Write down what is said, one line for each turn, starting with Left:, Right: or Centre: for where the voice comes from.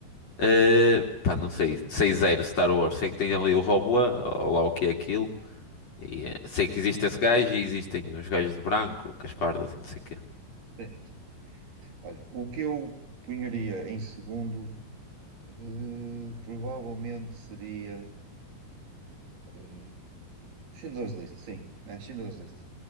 Left: Eh, pá, não sei, sei zero Star Wars. Sei que tem ali o robô, ou lá o que é aquilo. E, eh, sei que existe esse gajo e existem os gajos de branco, Caspardas e não sei o quê.
Right: sim. Olha, o que eu punharia em segundo, eh, provavelmente seria eh, Schindler's List, sim, é Schindler's List.